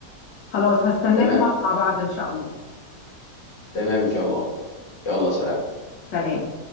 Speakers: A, on the left; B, on the left.
A: خلاص هستناك
B: تمام
A: نقعد مع بعض ان شاء الله
B: تمام ان شاء الله يلا سلام
A: سلام